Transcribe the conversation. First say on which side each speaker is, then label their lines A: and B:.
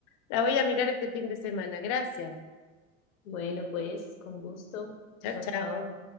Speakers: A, on the left; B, on the left.
A: la voy a mirar este fin de semana. Gracias.
B: Bueno, pues con gusto.
A: Chao,
B: Chao,
A: chao.
B: chao.